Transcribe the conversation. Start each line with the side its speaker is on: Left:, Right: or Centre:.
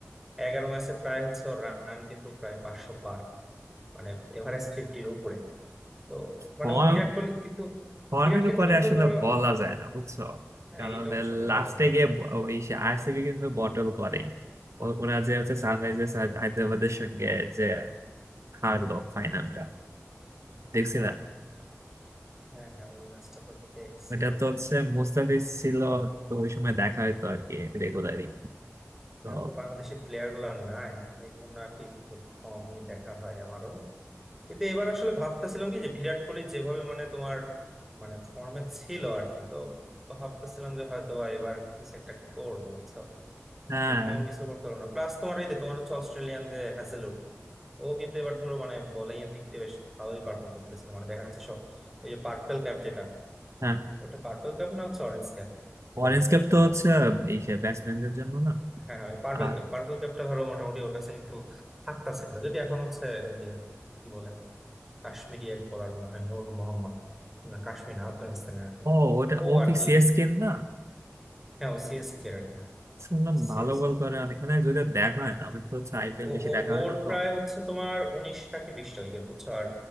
Centre: এগারো ম্যাচে প্রায় হচ্ছে রান কিন্তু প্রায় পাঁচশো পার মানে এভারেজ ফিফটির উপরে তো মানে
Right: ফর্ম
Centre: ও বিরাট কোহলি কিন্তু
Right: ফর্মের
Centre: বিরাট কিন্তু
Right: উপরে
Centre: কিন্তু
Right: আসলে
Centre: ধরো
Right: বলা যায় না বুঝছো
Centre: হ্যাঁ
Right: কারণ
Centre: এটা অবশ্য তো
Right: লাস্টে
Centre: বলা যায়
Right: গিয়ে
Centre: না
Right: ব- ওই আরসিবি কিন্তু বটল করে ওরা যে হচ্ছে সানরাইজার্স হায়দ্রাবাদের সঙ্গে যে হারলো ফাইনালটা দেখছিলাম
Centre: হ্যাঁ হ্যাঁ ওই ম্যাচটা তো দেখছিলাম
Right: এটা তো হচ্ছে মুস্তাফিজ ছিল তো ওই সময় দেখা হতো আর কি রেগুলারই তো
Centre: এখন তো বাংলাদেশের প্লেয়ার গুলো আর নাই এই জন্য আর কি একটু কমই দেখা হয় আমারও কিন্তু এবার আসলে ভাবতেছিলাম কি যে বিরাট কোহলি যেভাবে মানে তোমার মানে ফর্মে ছিল আর কি তো তো ভাবতেছিলাম যে হয়তো বা এবার কিছু একটা করবে বুঝছো
Right: হ্যাঁ
Centre: তো তেমন কিছু করতে পারলো না প্লাস তোমার এই যে তোমার হচ্ছে অস্ট্রেলিয়ান যে হ্যাজেলউড ও কিন্তু এবার ধরো মানে বোলিং এর দিক দিয়ে বেশ ভালোই পারফর্ম করতেছিল মানে দেখা যাচ্ছে সব ওই যে পার্পেল ক্যাপ যেটা
Right: হ্যাঁ
Centre: ওটা পার্পেল ক্যাপ না হচ্ছে অরেঞ্জ ক্যাপ বোলারদের
Right: অরেঞ্জ কাপ
Centre: জন্য
Right: তো হচ্ছে এই ব্যাটসম্যানদের জন্য না
Centre: হ্যাঁ হ্যাঁ, ওই পার্পেল
Right: আর
Centre: ক্যাপ পার্পেল ক্যাপটা ধরো মোটামুটি ওর কাছে কিন্তু হাতটা ছিল যদি এখন হচ্ছে ওই যে কি বলে কাশ্মীরি এক বলার মনে হয় নূর মোহাম্মদ না কাশ্মীর না আফগানিস্তানের আর কি।
Right: ও ওটা
Centre: ও
Right: ও
Centre: আর
Right: কি
Centre: কি
Right: সিএসকে না
Centre: হ্যাঁ ও সিএসকে আর কি
Right: শুনলাম
Centre: সিএসকে
Right: ভালো বল করে অনেক মানে যদি দেখা হয় না আমি তো হচ্ছে আইপিএল
Centre: ও
Right: বেশি
Centre: ও-
Right: দেখা
Centre: ওর
Right: হয় না তো
Centre: প্রায় হচ্ছে তোমার উনিশটা কি বিশটা উইকেট বুঝছো আর